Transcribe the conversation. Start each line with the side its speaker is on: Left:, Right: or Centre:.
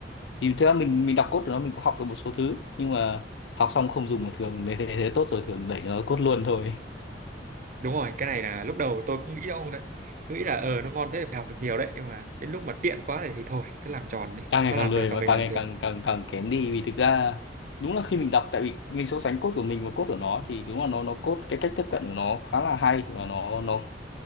Left: thì thực ra mình mình đọc code của nó mình cũng học được một số thứ nhưng mà học xong không dùng mà thường nếu thế, thế tốt rồi thường đẩy nó code luôn thôi
Right: đúng rồi cái này là lúc đầu tôi cũng nghĩ ông đấy cứ nghĩ là ờ nó ngon thế thì phải học được nhiều đấy nhưng mà đến lúc mà tiện quá thì, thì thôi cứ làm tròn
Left: <laughs>
Right: đi
Left: càng ngày
Right: nó
Left: càng
Right: làm
Left: lười
Right: được là
Left: và
Right: mình
Left: càng
Right: làm
Left: ngày
Right: được
Left: càng càng càng kém đi vì thực ra đúng là khi mình đọc tại vì mình so sánh code của mình và code của nó thì đúng là nó nó code cái cách tiếp cận của nó khá là hay và nó nó